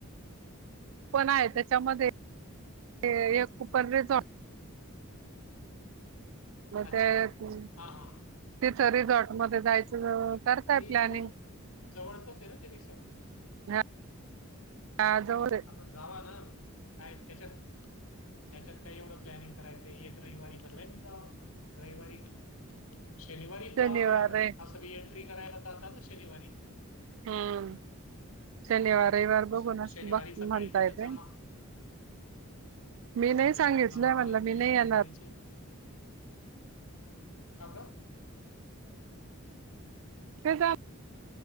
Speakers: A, on the right; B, on the left.
A: कूपन आहे. त्याच्यामध्ये हे एक कुपन रे म
B: अच्छा
A: ते
B: हा
A: कु,
B: हा हा.
A: तिच रिझॉर्ट मध्ये जायचं करताय
B: ते
A: प्लॅनिंग
B: इथलं, जवळचच ये ना ते रिसॉर्ट.
A: हा, हा जवळ ये.
B: म जावा ना, काय त्याच्यात त्याच्यात काय एवढं प्लॅनिंग करायचंय. एक रयवारी भरलायन जा रयवारी शनिवारीच जावा
A: शनिवार
B: बाहेर,
A: आहे.
B: अस बी एंट्री करायला जाता ना शनिवारी.
A: हं शनिवार,
B: हो.
A: रयवार बघून
B: श- शनिवारी
A: बघ
B: सकाळी
A: म्हणताय
B: तिथं
A: ते
B: जमा.
A: मी नाय
B: सगळ्यांनी
A: सांगितलंय,
B: जमा
A: म्हणल
B: व्हायचं
A: मी
B: एंट्री
A: नाय येणार.
B: करायची. का ग
A: ते जा